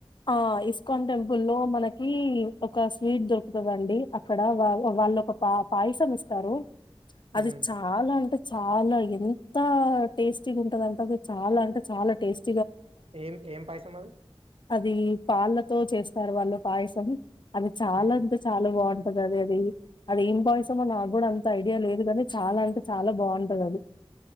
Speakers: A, on the left (about 50°); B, on the right (about 75°).
A: ఆ ఇస్కాన్ టెంపుల్ లో మనకి ఒక స్వీట్ దొరుకుతందండి. అక్కడ వా వాళ్ళు ఒక పా పాయసం ఇస్తారు.
B: హ్మ్
A: అది చాలా అంటే చాలా ఎంత తా టేస్ట్ టిగా ఉంటదంట అది చాలా అంటే చాలా టేస్ట్
B: ఏం ఏం పైసా మది
A: అది పాళ్ళతో చేస్తారు వాళ్ళు పాయసం. అది చాలా
B: హ్మ్
A: అంటె చాలా బాగుం అది అది అది ఏం పాయిసమో నాకు కూడా అంత ఐడియా లేదు కాని, చాలా అంటే చాలా బాగుంటది అది.